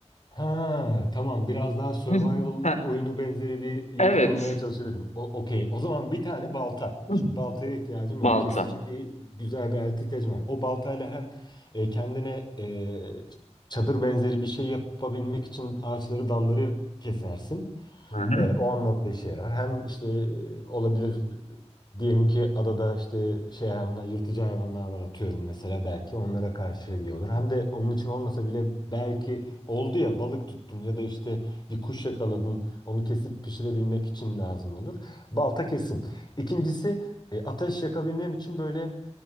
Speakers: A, on the left; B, on the left.
A: Ha tamam biraz daha survival
B: <laughs> Heh,
A: oyunu benzeri bir yapı
B: evet.
A: kurmaya çalışabilirim. O, okey. O zaman bir tane balta.
B: <laughs>
A: Şimdi baltaya ihtiyacım
B: Balta.
A: var. Kesici bir güzel bir alete ihtiyacım var. O baltayla hem e, kendine e, çadır benzeri bir şey yapabilmek için ağaçları dalları kesersin.
B: Hı hı.
A: E, o anlamda işe yarar. Hem işte e, olabilir e, diyelim ki adada işte şey hayvanlar, yırtıcı hayvanlar var atıyorum mesela belki onlara karşı iyi olur. Hem de onun için olmasa bile belki oldu ya balık tuttun ya da işte bir kuş yakaladın onu kesip pişirebilmek için lazım olur. Balta kesin. İkincisi e, ateş yakabilmem için böyle